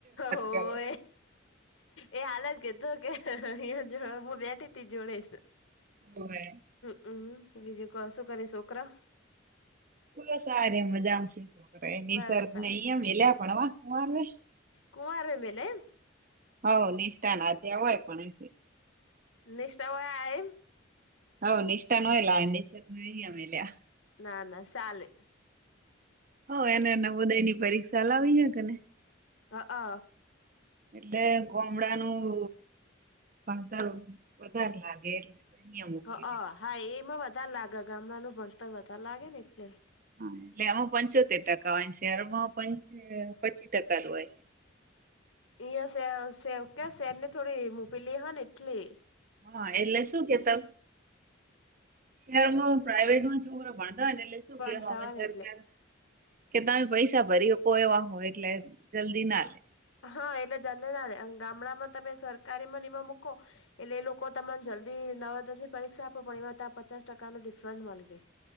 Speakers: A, on the left; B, on the right.
A: હો
B: કરે
A: એ હાલ જકેતો કે હ જો હું બેઠી હતી જોડેજ.
B: હોવે
A: હમ્મ બીજુ કો શું કરે છોકરા?
B: <unintelligible>
A: બસ ત કુંવાર મેલે એમ
B: હ નિષ્ઠાન ત્યાં હોય પણ
A: નિસ્ટા વ આયમ.
B: હવ નિસ્ટા ને અહીંયા લાયા ને નિશદ ને અહીંયા મેલિયા.
A: ના ના શાલે.
B: હ એને ઉદય ની પરીક્ષા લાવી હ કેને.
A: હઅ.
B: એટલે ગોમડાનું ભણતર વધારે લાગે એટલે. અહિયાં મોકલી
A: હ
B: દીધું.
A: હા એમાં વધારે લાગે ગામડાનું ભણતર વધારે લાગે ને એટલે.
B: હા એટલે એમાં પંચોતેર ટકા હોય શહેરમાં પંચી અ પચી ટકા જ હોય.
A: અહિયાં શ શે કે શેર ને થોડી મોકલી હ ને એટલે.
B: હા એટલે શું કેતા શહેરમાં પ્રાઈવેટમાં છોકરો ભણ ના ને એટલે શું
A: ભણતા
B: કેહો
A: હોય
B: સરકાર.
A: ને એટલે
B: કે તમે પૈસા ભરી હકો એવા હોય એટલે જલ્દી ના લે.
A: હા એટલે જલ્દી ના લે અને ગામડામાં તમે સરકારીમાં એને મૂકો. એટલે એ લોકો તમન જલ્દી નવદન ની પરીક્ષા આપો પણ એમાં ત્યા પચાસ ટકાનો ડિફરેન્ટ મળી જાય.